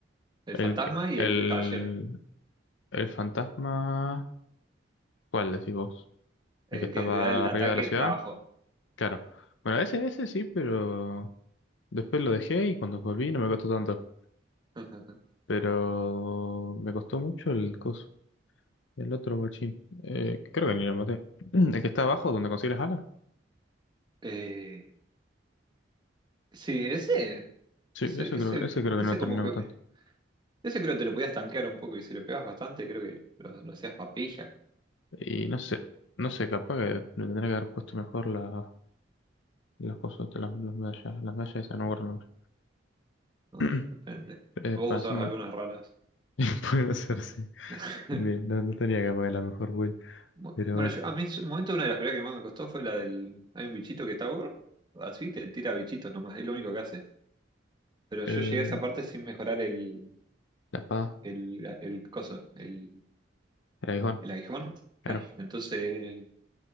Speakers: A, on the right; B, on the left.
A: El
B: El,
A: fantasma
B: que-
A: y
B: el,
A: el caballero,
B: el fantasma, ¿cuál decís vos?
A: el
B: ¿El que estaba
A: que te da el
B: arriba
A: ataque
B: de la ciudad?
A: para abajo.
B: Claro. Bueno,
A: Sí,
B: ese, ese sí, pero después lo dejé y cuando volví no me costó tanto.
A: <laughs>
B: Pero me costó mucho el coso, el otro guachín. Eh, creo que ni lo maté. <clears throat> Mm, El que está abajo, donde consigue las alas.
A: Eh, sí, ese,
B: Sí,
A: ese,
B: ese creo,
A: ese,
B: ese creo
A: ese
B: que no lo terminé
A: como
B: matando.
A: que, ese creo que te lo podías tanquear un poco y si lo pegabas bastante creo que lo, lo hacías papilla,
B: Y no sé, no sé, capaz que le tendría que haber puesto mejor la, las cosas, estas, las, las medallas, las medallas esas, no me acuerdo el nombre.
A: ¿no?
B: <clears throat>
A: Depende.
B: Eh,
A: Vos
B: para
A: usabas
B: hacerme-
A: algunas raras.
B: <laughs> Puede ser, sí.
A: <laughs>
B: Bien, no, no tenía que pagar la mejor build.
A: Bu-
B: Pero
A: Bueno,
B: bueno.
A: yo- a mí en su momento una de las peleas que más me costó fue la del... Hay un bichito que está gordo, así te tira bichitos nomás, es lo único que hace. Pero yo
B: Eh,
A: llegué a esa parte sin mejorar el,
B: la espada.
A: el, el coso, el
B: El aguijón.
A: el aguijón.
B: Claro.
A: <laughs> Entonces,